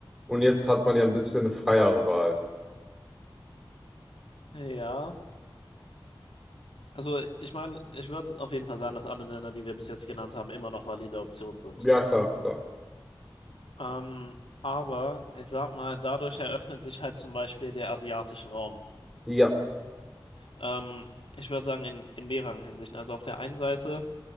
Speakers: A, in the centre; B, on the left.
A: Und jetzt hat man ja ein bisschen eine freiere Wahl.
B: ja. Also ich meine, ich würde auf jeden Fall sagen, dass alle Länder, die wir bis jetzt genannt haben, immer noch valide Optionen sind.
A: Ja, klar, klar.
B: Ähm, aber ich sag mal, dadurch eröffnet sich halt zum Beispiel der asiatische Raum.
A: Ja,
B: Ähm, ich würde sagen, in, in mehreren Hinsichten. Also auf der einen Seite